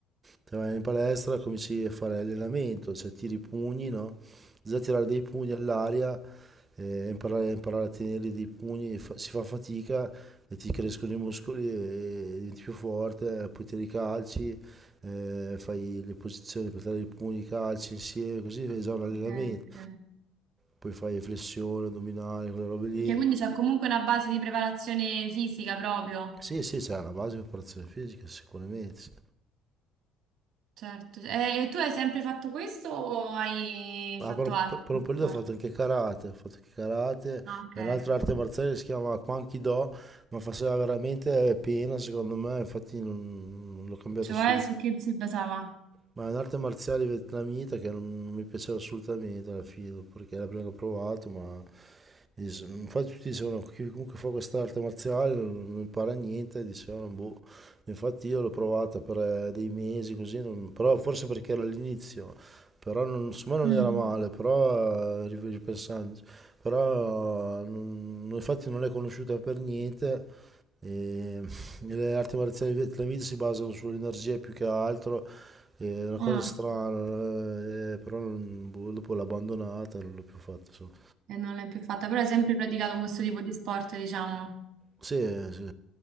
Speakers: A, on the right; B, on the right.
A: te vai in palestra, cominci a fare allenamento, cioè tiri i pugni, no? Già tirare dei pugni all'aria eh, imparare, imparare a tenere dei pugni fa- si fa fatica e ti crescono i muscoli e diventi più forte, eh, poi tiri i calci, eh, fai le posizioni per dare i pugni, i calci insieme, così è già un allenamento.
B: Ok, ok.
A: Poi fai flessione, addominale, quelle robe lì.
B: Ok, quindi c'è comunque una base di preparazione fisica proprio.
A: Sì, sì, c'è una base di preparazione fisica, sicuramente. sì.
B: Certo. E, e tu hai sempre fatto questo o hai
A: Ah,
B: fatto
A: per, un,
B: altri
A: per- per un periodo
B: sport?
A: ho fatto anche karate, ho fatto anche karate,
B: Ah, ok.
A: è un'altra arte marziale che si chiama Kwankido, ma faceva veramente pena secondo me, infatti non, non l'ho cambiato
B: Cioè,
A: subito.
B: su che si basava?
A: Ma è un'arte marziale vietnamita che non, non mi piaceva assolutamente alla fine, perché è la prima che ho provato, ma dis- infatti tutti dicevano chi comunque fa questa arte marziale non, non impara niente, dicevano boh, infatti io l'ho provata per eh, dei mesi così, non- però forse perché era all'inizio, però non, secondo me
B: Mm.
A: non era male, però eh, ri- ripensandoci, però eh, non- infatti non l'hai conosciuta per niente. E <laughs> le arti marziali vietnamite si basano sull'energia più che altro, è una cosa
B: Ah,
A: strana, eh, però non- boh, dopo l'ho abbandonata, non l'ho più fatta. insomma.
B: e non l'hai più fatta, però hai sempre praticato questo tipo di sport, diciamo.
A: Sì, sì.